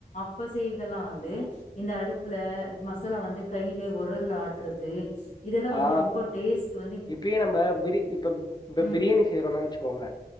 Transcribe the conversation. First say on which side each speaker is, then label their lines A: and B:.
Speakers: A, on the left; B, on the left.
A: இப்ப செய்றதெல்லா வந்து இந்த அடுப்புல மசாலா வந்து கை இல்ல வொரல்ல ஆட்ரது இது எல்லா வந்து
B: ஆ
A: ரொம்ப டேஸ்ட் வ
B: இப்பயே நம்ப பிரி இப்ப இப்ப
A: ம்
B: பிரியணி செய்றோனாச் போங்க